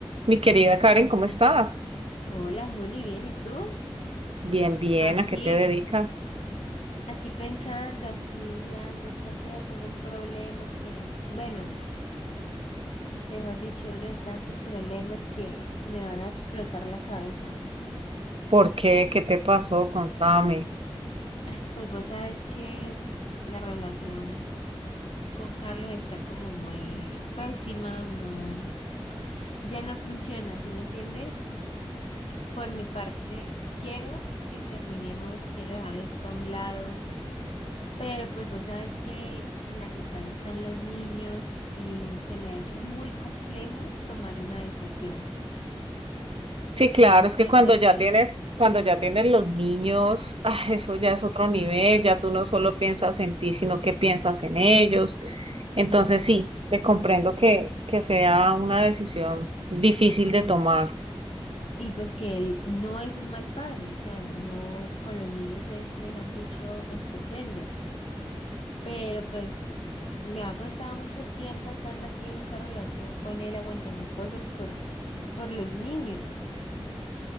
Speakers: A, on the right; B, on the left.
A: Mi querida Karen, ¿cómo estás?
B: Hola Juli, bien, ¿y tú?
A: Bien, bien,
B: Aquí,
A: ¿a qué te dedicas?
B: aquí pensando, aquí mirando qué hacer, tengo un problema que, bueno, mejor dicho, uno de tantos problemas que me van a explotar la cabeza.
A: ¿Por qué? ¿Qué te pasó? Contame.
B: Mm. Pues vos sabes que la relación con Carlos está como muy pésima, no, ya no funciona, ¿sí me entiendes? Por mi parte, quiero que terminemos, quiero dejar esto a un lado. Pero pues vos sabes que en la mitad están los niños y se me ha hecho muy complejo tomar una decisión.
A: Sí, claro,
B: No sé
A: es que cuando
B: qué hacer.
A: ya tienes, cuando ya tienes los niños, ah, eso ya es otro nivel, ya tú no solo piensas en ti, sino que piensas en ellos. Entonces sí, te comprendo que, que sea una decisión difícil de tomar.
B: Y pues que él no es un mal padre, o sea, no, con los niños es, mejor dicho, estupendo. Pero pues me ha aguantado mucho tiempo estando aquí en esta relación con él, aguantando cosas por, por los niños,